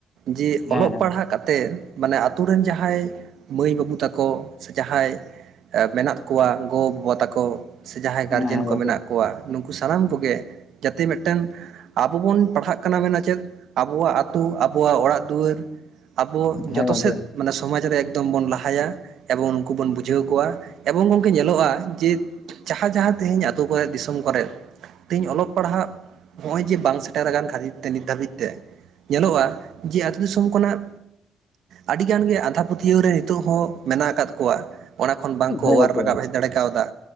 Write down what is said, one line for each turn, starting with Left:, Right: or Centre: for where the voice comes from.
Right: ᱡᱮ
Left: ᱦᱮᱸ
Right: ᱚᱞᱚᱜ ᱯᱟᱲᱦᱟᱜ ᱠᱟᱛᱷᱟ ᱛᱮ ᱢᱟᱱᱮ ᱟᱛᱳ ᱨᱮᱱ ᱡᱟᱦᱟᱸᱭ ᱢᱟᱹᱭ ᱵᱟᱹᱵᱩ ᱛᱟᱠᱚ ᱥᱮ ᱡᱟᱦᱟᱸᱭ ᱢᱮᱱᱟᱜ ᱠᱚᱣᱟ ᱜᱚ ᱵᱟᱵᱟ ᱛᱟᱠᱚ᱾ ᱥᱮ ᱡᱟᱦᱟᱸᱭ ᱜᱟᱨᱡᱮᱱ
Left: ᱦᱮᱸ ᱦᱮᱸ ᱦᱮᱸ
Right: ᱠᱚ
Left: ᱜᱚᱝᱠᱮ
Right: ᱢᱮᱱᱟᱜ ᱠᱚᱣᱟ ᱱᱩᱠᱩ ᱥᱟᱱᱟᱢ ᱠᱚᱜᱮ ᱡᱟᱛᱮ ᱢᱤᱫᱴᱮᱱ ᱟᱵᱚ ᱵᱚᱱ ᱯᱟᱲᱦᱟᱜ ᱠᱟᱱᱟ ᱢᱮᱱᱟ ᱪᱮᱫ ᱟᱵᱚᱣᱟᱜ ᱟᱹᱛᱩ ᱟᱵᱚᱣᱟᱜ ᱚᱲᱟᱜ ᱫᱩᱣᱟᱹᱨ ᱟᱵᱚ
Left: ᱦᱮᱸ
Right: ᱡᱚᱛᱚ
Left: ᱜᱚᱝᱠᱮ
Right: ᱥᱮᱫ ᱢᱟᱱᱮ ᱥᱚᱢᱟᱡᱽ ᱨᱮ ᱮᱠᱫᱚᱢ ᱵᱚᱱ ᱞᱟᱦᱟᱭᱟ᱾ ᱮᱵᱚᱝ ᱩᱱᱠᱩ ᱵᱚᱱ ᱵᱩᱡᱷᱟᱹᱣ ᱠᱚᱣᱟ ᱮᱵᱚᱝ ᱜᱚᱝᱠᱮ ᱧᱮᱞᱚᱜᱼᱟ ᱡᱮ ᱡᱟᱦᱟᱸ ᱡᱟᱦᱟᱸ ᱛᱮᱤᱦᱤᱧ ᱟᱹᱛᱩ ᱠᱚᱨᱮ ᱫᱤᱥᱚᱢ ᱠᱚᱨᱮᱫ ᱛᱮᱦᱤᱧ ᱚᱞᱚᱜ ᱯᱟᱲᱦᱟᱜ ᱱᱚᱜᱼᱚᱭ ᱡᱮ ᱵᱟᱝ ᱥᱮᱴᱮᱨ ᱟᱠᱟᱱ ᱠᱷᱟᱹᱛᱤᱨ ᱛᱮ ᱱᱤᱛ ᱫᱷᱟᱹᱵᱤᱡ ᱛᱮ ᱧᱮᱞᱚᱜᱼᱟ ᱡᱮ ᱟᱛᱩ ᱫᱤᱥᱚᱢ ᱠᱷᱚᱱᱟᱜ ᱟᱹᱰᱤᱜᱟᱱ ᱜᱮ ᱟᱸᱫᱷᱟᱯᱟᱹᱛᱭᱟᱹᱣ ᱨᱮ ᱱᱤᱛᱚᱜ ᱦᱚᱸ ᱢᱮᱱᱟᱜ ᱟᱠᱟᱫ ᱠᱚᱣᱟ᱾ ᱚᱱᱟ ᱠᱷᱚᱱ ᱵᱟᱝᱠᱚ
Left: ᱦᱮᱸ
Right: ᱚᱣᱟᱨ
Left: ᱜᱚᱝᱠᱮ
Right: ᱨᱟᱠᱟᱵ ᱦᱮᱡ ᱫᱟᱲᱮ ᱠᱟᱣᱫᱟ